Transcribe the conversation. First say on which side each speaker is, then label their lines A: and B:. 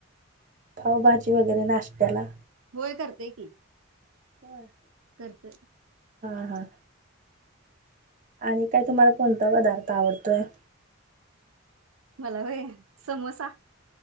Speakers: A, on the right (about 35°); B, on the right (about 80°).
A: पावभाजी वगैरे नाश्त्याला
B: वय करते की
A: होर
B: करत
A: हां हां आणि काय तुम्हाला कोणता पदार्थ आवडतोय
B: मला वय समोसा